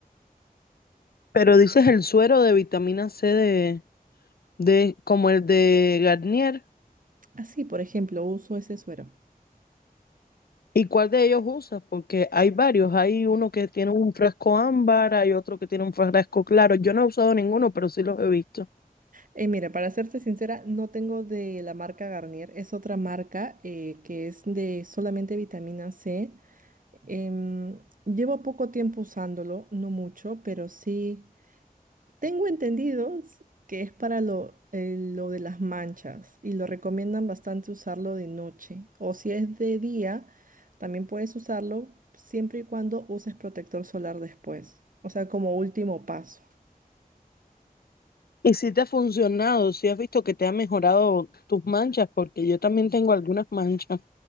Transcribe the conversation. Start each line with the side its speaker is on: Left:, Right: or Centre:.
Left: Pero dices el suero de vitamina C de, de como el de Garnier.
Right: Así, por ejemplo, uso ese suero.
Left: ¿Y cuál de ellos usas? Porque hay varios. Hay uno que tiene un frasco ámbar, hay otro que tiene un frasco claro. Yo no he usado ninguno, pero sí los he visto.
Right: Eh, mira, para serte sincera, no tengo de la marca Garnier, es otra marca eh, que es de solamente vitamina C. Em, llevo poco tiempo usándolo, no mucho, pero sí tengo entendidos que es para lo, eh, lo de las manchas y lo recomiendan bastante usarlo de noche. O si es de día, también puedes usarlo siempre y cuando uses protector solar después, o sea, como último paso.
Left: ¿Y si te ha funcionado? si has visto que te ha mejorado tus manchas? Porque yo también tengo algunas manchas